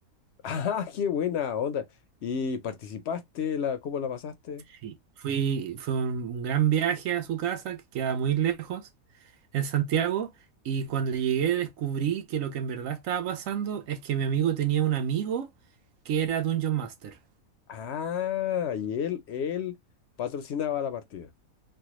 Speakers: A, on the left (about 65°); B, on the right (about 70°).
A: <laughs> ¡Ah, qué buena onda! ¿Y participaste? La, ¿cómo la pasaste?
B: Sí. Fui, fue un, un gran viaje a su casa, que queda muy lejos, en Santiago, y cuando llegué descubrí que lo que en verdad estaba pasando es que mi amigo tenía un amigo que era Dungeon Master.
A: Ah, y él, él patrocinaba la partida.